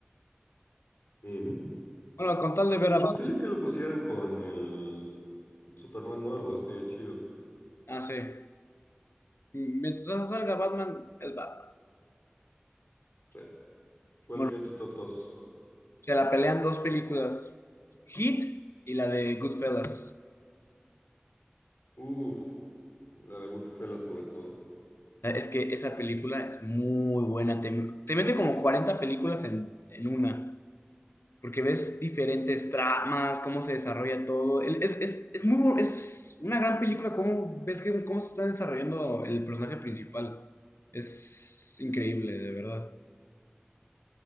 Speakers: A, on the left; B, on the left.
A: Ujú.
B: Bueno, con tal de ver
A: Me
B: a
A: gustaría
B: Batman.
A: que lo pusieran con el Superman nuevo, estaría chido.
B: Ah, sí. Mm, Mientras no salga Batman, es Batman.
A: Sí. ¿Cuál
B: Bueno,
A: sería tu top 2?
B: se la pelean dos películas, Heat y la de Goodfellas.
A: Uf, la de Goodfellas sobre todo.
B: Es que esa película es muy buena. Te, te mete como 40 películas en, en una, porque ves diferentes tramas, cómo se desarrolla todo. El- Es, es, es muy, bu- es una gran película, cómo ves que, cómo se está desarrollando el personaje principal. Es increíble, de verdad.